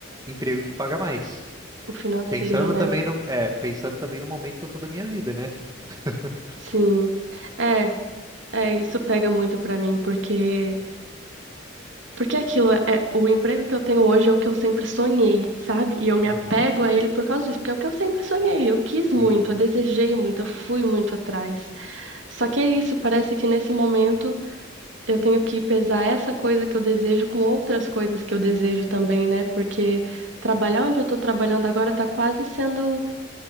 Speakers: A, on the right (about 20°); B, on the right (about 65°).
A: emprego que paga mais.
B: O financeiro,
A: Pensando
B: né?
A: também no, é, pensando também no momento que eu tô da minha vida, né? <laughs>
B: Sim. É, é, isso pega muito para mim, porque Porque aquilo é, é- o emprego que eu tenho hoje é o que eu sempre sonhei, sabe? E eu me
A: Uhum,
B: apego a ele por causa disso, porque é o que eu sempre sonhei, eu quis muito,
A: uhum.
B: eu desejei muito, eu fui muito atrás. Só que é isso, parece que nesse momento eu tenho que pesar essa coisa que eu desejo com outras coisas que eu desejo também, né? Porque trabalhar onde eu tô trabalhando agora tá quase sendo,